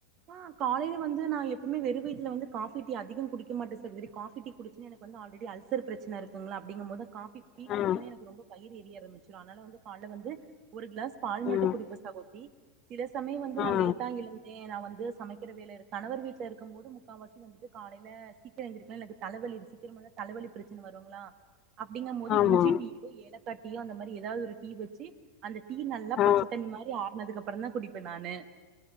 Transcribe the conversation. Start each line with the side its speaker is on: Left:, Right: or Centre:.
Right: ஆ காலைல வந்து நா எப்பமே வெறு வீத்துல வந்து காஃபி டீ அதிகோ குடிக்க மாட்ட சகோதிரி காஃபி டீ குடிச்சனா எனக்கு வந்து ஆல்ரெடி அல்சர் பிரச்சன இருக்குங்களா அப்டிங்க போது காஃபி டீ
Left: ஆ
Right: குடிச்சோனே எனக்கு ரொம்ப வயிறு எரிய ஆரம்பிச்சிரு அதனால வந்து காலைல வந்து ஒரு கிளாஸ் பால் மட்டு
Left: ம்
Right: குடிப்ப சகோதரி சில சமயம் வந்து
Left: ஆ
Right: நா லேட்டா எழுந்தே நா வந் சமைக்கிற வேல இருக்கு கணவர் வீட்ல இருக்கம் போது முக்கால்வாசி வந்துட்டு காலைல சீக்கிரோ எந்திரிக்கனு இல்லாட்டி தலவலி சீக்கரமா தலவலி பிரச்சன வருங்களா அப்டிங்க போது
Left: ஆமா
Right: இஞ்சி டீயோ ஏலக்கா டீயோ அந்த மாரி எதாவது ஒரு டீ வச்சு அந்த டீ நல்லா
Left: ஆ
Right: பச்ச தண்ணி மாரி ஆறனதுக்கப்பறந்தா குடிப்ப நானு